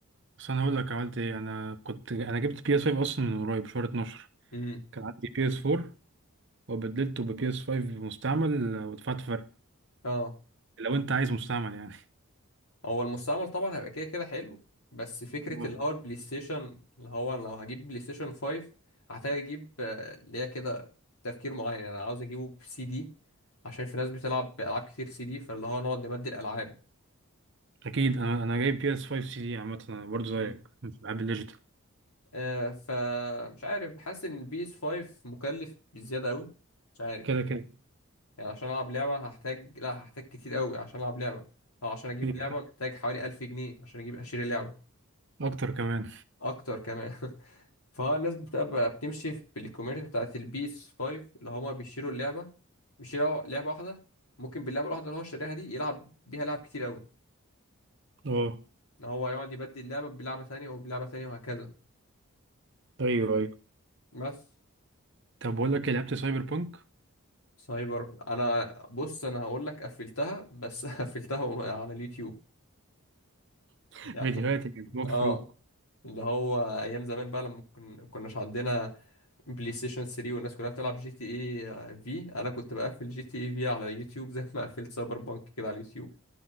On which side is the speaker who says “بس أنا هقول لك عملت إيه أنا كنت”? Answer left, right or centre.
Right